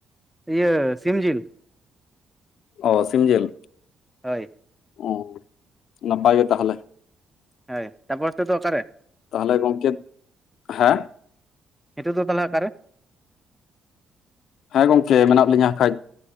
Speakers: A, in the centre; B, on the left.
A: ᱤᱭᱟᱹ ᱥᱤᱢ ᱡᱤᱞ᱾
B: ᱚ ᱥᱤᱢᱡᱮᱞ᱾
A: ᱦᱳᱭ᱾
B: ᱚ ᱱᱟᱯᱟᱭ ᱜᱮ ᱛᱟᱦᱚᱞᱮ᱾
A: ᱦᱮᱭ ᱛᱟᱯᱚᱨ ᱱᱤᱛᱳᱜ ᱫᱚ ᱚᱠᱟᱨᱮ?
B: ᱛᱟᱦᱚᱞᱮ ᱜᱚᱝᱠᱮ ᱦᱮᱸ
A: ᱱᱤᱛᱳᱜ ᱫᱚ ᱛᱟᱦᱚᱞᱮ ᱚᱠᱟᱨᱮ
B: ᱦᱮᱸ ᱜᱚᱢᱠᱮ ᱢᱮᱱᱟᱜ ᱞᱤᱧᱟᱹ ᱠᱷᱟᱡ